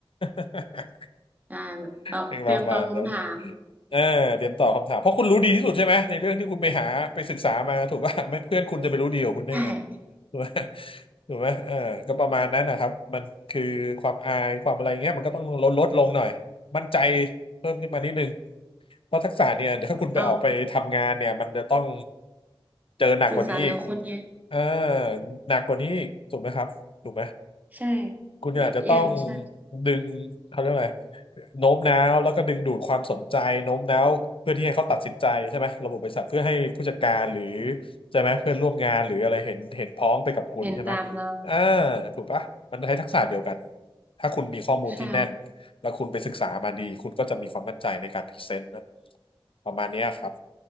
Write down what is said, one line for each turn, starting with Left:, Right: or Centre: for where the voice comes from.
Left: <laughs>
Right: ใช่แบบตอบเตรียมตอบคำถาม
Left: เปนประมาณนั้นเออเตรียมตอบคำถามเพราะคุณรู้ดีที่สุดใช่ไหมในเรื่องที่คุณไปหาไปศึกษามาถูกป่ะไม่เพื่อนคุณจะไปรู้ดีกว่าคุณได้ไง
Right: ใช่
Left: ถูกไหมถูกไหมเออก็ประมาณนั้นนะครับมันคือความอายความอะไรเงี้ยมันก็ต้องลดลดลงหน่อยมั่นใจเพิ่มขึ้นมานิดนึง เพราะทักษะเนี่ยเดี๋ยวถ้าคุณไปออกไปทำงานเนี่ยมันจะต้อง
Right: ถูกต้อง
Left: เจอหนักกว่านี้อีก
Right: สื่อสารกับคนเยอะ
Left: เออหนักกว่านี้อีกถูกไหมครับถูกไหม
Right: ใช่
Left: คุณอาจจะต้อง
Right: เยอะแย่งใช่
Left: ดึงเขาเรียกอะไรโน้มน้าวแล้วก็ดึงดูดความสนใจโน้มน้าวเพื่อที่ให้เขาตัดสินใจใช่ไหมระบบบริษัทเพื่อให้ผู้จัดการหรือใช่ไหมเพื่อนร่วมงานหรืออะไรเห็นเห็นพ้องไปกับคุณใช่ไหม
Right: เห็นตามเรา
Left: อ่าถูกปะมันใช้ทักษะเดียวกันถ้าคุณมีข้อมูลที่แน่น
Right: ใช่
Left: แล้วคุณไปศึกษามาดีคุณก็จะมีความมั่นใจในการพรีเซนต์นะประมาณเนี้ยครับ